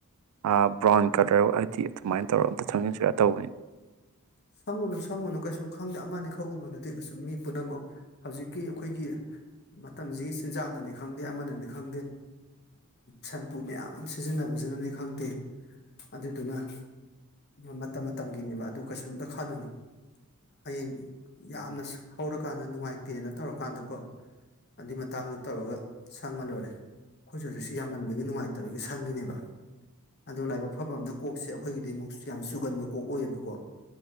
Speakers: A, on the right; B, on the left.
A: <inaudible> ꯕ꯭ꯔꯥꯎꯟ ꯀꯂꯔ ꯍꯥꯏꯗꯤ ꯑꯗꯨꯃꯥꯏꯅ ꯇꯧꯔꯒ ꯑꯝꯇ ꯊꯪꯖꯤꯟꯁꯤꯔꯥ ꯇꯧꯕꯅꯤ
B: ꯁꯪꯉꯨꯅꯨ ꯁꯪꯉꯨꯅꯨ ꯀꯩꯁꯨ ꯈꯪꯗꯦ ꯑꯃꯅꯤ ꯈꯛꯎꯕꯗꯨꯗꯤ ꯀꯩꯁꯨꯨꯝ ꯃꯤ ꯄꯨꯝꯅꯃꯛ ꯍꯧꯖꯤꯛꯀꯤ ꯑꯩꯈꯣꯏꯒꯤ ꯃꯇꯝꯁꯤꯒꯤ ꯆꯤꯟꯖꯥꯛꯅꯅꯤ ꯈꯪꯗꯦ ꯑꯃꯅꯅꯤ ꯈꯪꯗꯦ ꯁꯝꯄꯨ ꯃꯌꯥꯝ ꯑꯃ ꯁꯤꯖꯤꯟꯅꯕꯁꯤꯅꯅꯤ ꯈꯪꯗꯦ ꯑꯗꯨꯗꯨꯅ ꯃꯇꯝ ꯃꯇꯝꯒꯤꯅꯦꯕ ꯑꯗꯨ ꯀꯩꯁꯨꯝ ꯈꯜꯂꯨꯅꯨ ꯍꯌꯦꯡ ꯌꯥꯝꯅ ꯍꯧꯔꯀꯥꯟꯗ ꯅꯨꯡꯉꯥꯏꯇꯦꯅ ꯇꯧꯔꯀꯥꯟꯗꯀꯣ ꯑꯗꯨꯏ ꯃꯇꯥꯡꯗꯣ ꯇꯧꯔꯒ ꯁꯪꯉ ꯂꯣꯏꯔꯦ ꯑꯩꯈꯣꯏꯁꯨ ꯍꯧꯖꯤꯛꯁꯨ ꯌꯥꯝꯃꯟꯕꯒꯤ ꯅꯨꯡꯉꯥꯏꯇꯕꯒꯤ ꯁꯪꯈꯤꯅꯦꯕ ꯑꯗꯨ ꯂꯥꯏꯕꯛ ꯐꯕꯅ ꯀꯣꯛꯁꯦ ꯑꯩꯈꯣꯏꯒꯤꯗꯤ ꯑꯃꯨꯛꯁꯨ ꯌꯥꯝ ꯆꯨꯒꯟꯕ ꯀꯣꯛ ꯑꯣꯏꯌꯦꯕꯀꯣ